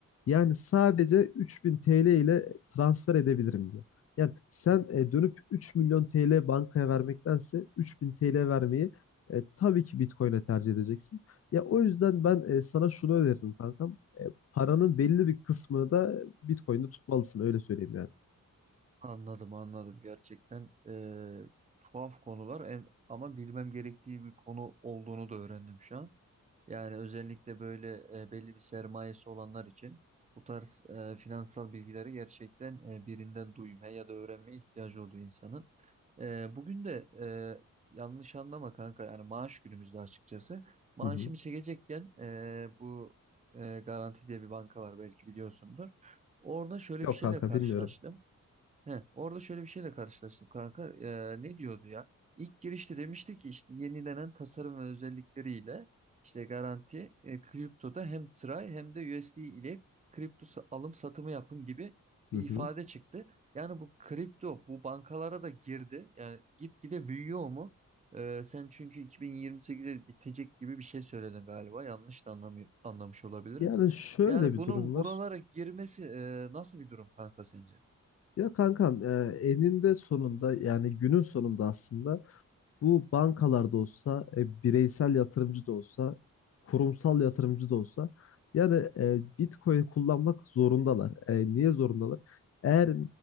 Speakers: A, on the left; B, on the right.
A: yani sadece 3000 TL ile transfer edebilirim diyor. Yani sen
B: Hı hı.
A: e, dönüp 3 milyon TL bankaya vermektense 3000 TL vermeyi e, tabii ki Bitcoin'e tercih edeceksin. Ya o yüzden ben e, sana şunu öneririm kankam. E, paranın belli bir kısmını da Bitcoin'de tutmalısın öyle söyleyeyim yani.
B: Anladım, anladım. Gerçekten e, tuhaf konular en- ama bilmem gerektiği bir konu olduğunu da öğrendim şu an. Yani özellikle böyle e, belli bir sermayesi olanlar için bu tarz e, finansal bilgileri gerçekten e, birinden duymaya ya da öğrenmeye ihtiyacı oluyor insanın. E, bugün de e, yanlış anlama kanka yani maaş günümüzde açıkçası. Maaşımı
A: Hı hı.
B: çekecekken e, bu e, Garanti diye bir banka var belki biliyorsundur. Orada şöyle
A: Yok
B: bir şeyle
A: kanka
B: karşılaştım.
A: bilmiyorum.
B: He, orada şöyle bir şeyle karşılaştım kanka. Ee, ne diyordu ya? İlk girişte demişti ki işte yenilenen tasarım ve özellikleriyle işte garanti e, kriptoda hem TRY hem de USD ile kripto sa- alım satımı yapın gibi
A: Hı
B: bir
A: hı.
B: ifade çıktı. Yani bu kripto bu bankalara da girdi. Yani gitgide büyüyor mu? Ee, sen çünkü 2028'e bitecek gibi bir şey söyledin galiba. Yanlış da anlamı- anlamış olabilirim.
A: Yani şöyle
B: Yani
A: bir
B: bunun
A: durum var.
B: buralara girmesi e, nasıl bir durum kanka sence?
A: Ya kankam e, eninde sonunda yani günün sonunda aslında Bu bankalarda olsa, e, bireysel yatırımcı da olsa, kurumsal yatırımcı da olsa yani e, Bitcoin kullanmak zorundalar. E, niye zorundalar? Eğer